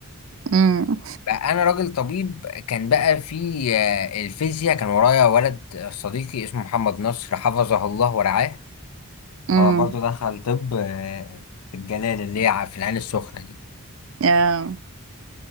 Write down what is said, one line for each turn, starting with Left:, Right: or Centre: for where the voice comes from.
Right: امم
Left: فانا راجل طبيب كان بقى في آه، الفيزياء كان ورايا ولد صديقي اسمه محمد نصر حفظه الله ورعاه
Right: امم
Left: هو برضو دخل طب آه، في الجلال اللي هي في العين السخنه دي
Right: اه